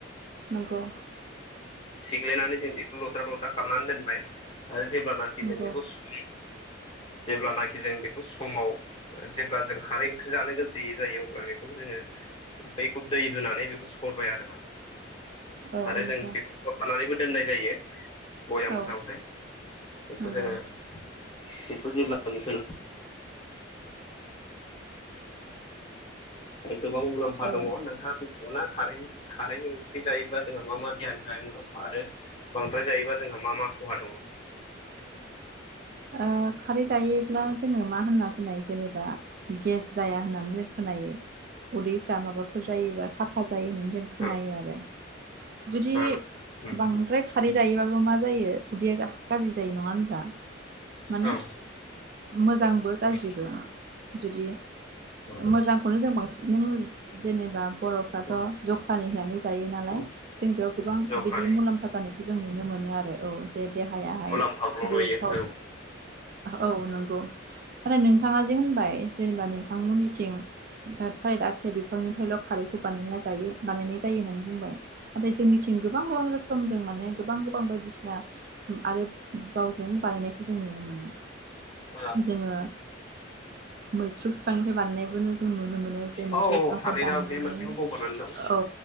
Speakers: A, on the right (about 50°); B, on the left (about 30°).
A: नंगौ
B: सिग्लायनानै जों बेखौ लद्रा लद्रा खालामनानै दोनबाय आरो जेब्लानाखि
A: नंगौ
B: जों बेखौ सुग्लियो जेब्लानाखि जों बेखौ समाव जेब्ला जों खारै ओंख्रि जानो गोसोयै जायो ब्ला बेखौनो जोङो बेखौ दै होनानै बेखौ सरबाय आरो माने
A: औ
B: आरो
A: नंगौ
B: जों बेखौ लानानैबो दोननाय जायो भयामफोरावहाय
A: औ
B: बेखौ
A: नंगौ
B: जोङो <unintelligible> <unintelligible> गोबां मुलाम्फा
A: औ ओ
B: दङ नोंथाङा रुख'ना खारै खारैनि रै जायोब्ला जोंहा मा मा देहानि थाखाय मुलाम्फा आरो बांद्राय जायोबा जोंहा मा मा खहा दङ?
A: ओ खारै जायोब्ला जोङो मा होनना खोनायो जेनेबा गेस जाया होननानै जों खोनायो उदैफ्रा माबाफोर जायोबा साफा जायो होननानै जों खोनायो
B: ओ
A: आरो जुदि
B: ओ ओ
A: बांद्राय खारै जायोबा खौ मा जायो उदैया गा-गाज्रि जायो नङा होन <unintelligible> माने
B: औ औ
A: मोजांबो गाज्रिबो
B: औ
A: जुदि
B: नंगौ
A: मोजांखौनो जों बांसिन नों जेनेबा बर'फ्राथ'
B: औ
A: ज <unintelligible> जायो नालाय
B: औ
A: जों बेयाव गोबां
B: जखानि
A: बिदि मुलाम्फा जानायखौ जों नुनो मोनो आरो औ जे देहायाहाय
B: मुलाम्फाखौल'
A: जेरै
B: नुयो
A: थाव
B: औ
A: औ नंगौ आरो नोंथाङा जे होनबाय जेनेबा नोंथांमोननिथिं ओ थालिर आथिया बिफांनि फ्रायल' खारैखौ बानायना जायो बानायनाय जायो होननानै बुंबाय ओम जोंनि थिं गोबां गोबां राखोमजों माने गोबां गोबां बायदिसिना आरो दावजों बानायनायखौ जों नुनो मोनो
B: औ
A: जोङो मैथ्रु बिफांनिफ्राय बानायनायखौ जों नुनो मोनो जे मैथ्रु
B: औ
A: बिफांखौ
B: थारैनो
A: दाननानै
B: आं बे मोनसेखौ बावगारनानै दं
A: औ